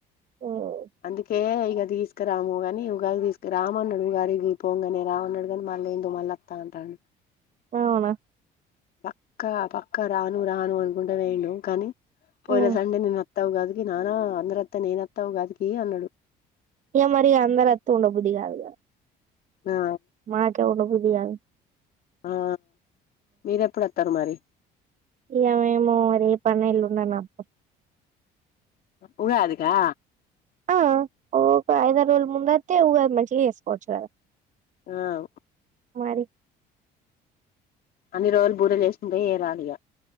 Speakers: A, on the right; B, on the left.
A: మ్మ్
B: అందుకే ఇగ తీసుకురాముగని ఉగాది తీసుక రామ్ అన్నాడు ఉగాదికి పోంగనే రామ్ అన్నాడు గనీ మళ్ళ ఏందో మళ్ళ వత్త అంట అన్
A: అవునా
B: పక్కా పక్క రాను రాను అనుకుంట పోయిండు కని పోయిన
A: మ్మ్
B: సండే నిన్న వత్త ఉగాదికి నాన్న అందరు వత్తె నేనత్తా ఉగాదికి అన్నడు
A: ఇగ మరి అందరు వత్తె ఉండబుద్ది కాదుగ
B: ఆ
A: మాకె ఉండబుద్ది గాదు
B: ఆ మీరెప్పుడు వత్తరు మరి
A: ఇగ మేము రేపన్న ఎల్లుండన్న వ
B: ఉగాది కా
A: ఆ ఒక ఐదా రోల ముందు వత్తె మంచిగా చేసుకోవచ్చు కదా
B: ఆవ్
A: మరి
B: అన్ని రోలు బూరెలు చేసుకుంటే ఇగ రాదు ఇగ